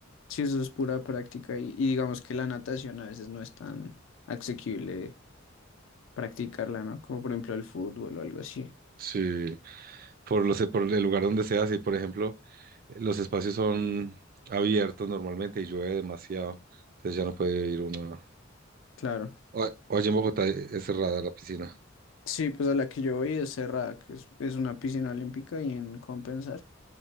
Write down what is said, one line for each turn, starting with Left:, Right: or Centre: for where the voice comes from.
Left: Sí, eso es pura práctica y, y digamos que la natación a veces no es tan asequible practicarla, ¿no? Como por ejemplo el fútbol o algo así.
Right: Sí. por, los, por el lugar donde se hace. Por ejemplo, los espacios son abiertos normalmente y llueve demasiado, entonces ya no puede ir uno.
Left: Claro.
Right: O, o allí en Bogotá es cerrada la piscina.
Left: Sí, pues a la que yo voy es cerrada, que es, es una piscina olímpica y en Compensar.